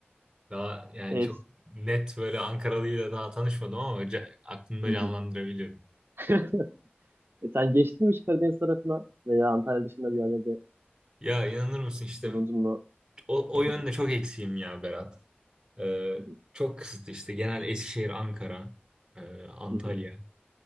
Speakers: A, on the right; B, on the right.
A: Daha yani
B: Evet.
A: çok net böyle Ankaralıyla daha tanışmadım ama ca- aklımda
B: Hı hı.
A: canlandırabiliyorum.
B: <laughs> E sen geçtin mi hiç Karadeniz tarafına veya Antalya dışında bir yerlerde
A: Ya inanır mısın işte
B: bulundun mu?
A: o, o yönde
B: Hı hı,
A: çok eksiğim ya Berat. Ee,
B: hı hı,
A: çok kısıtlı işte genel Eskişehir, Ankara, e, Antalya.
B: hı hı,